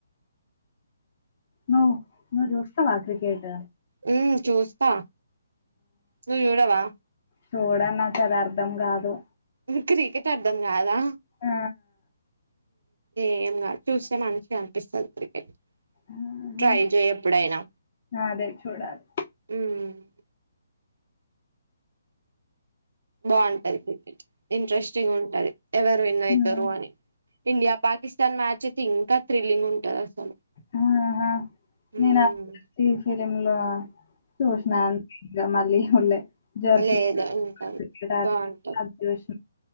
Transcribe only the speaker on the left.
నువ్వు నువ్వు చూస్తావా క్రికెట్
చూడ నాకు అది అర్ధం కాదు
ఆ
ఆహా
అదే చూడాలి
ఉమ్.
ఆహా!
నేను అ ఫిలిమ్ లో చూసినను మళ్ళీ చూడలే. 'జెర్సీ'
క్రికెట్ ఆడతారు
అది చూసినా.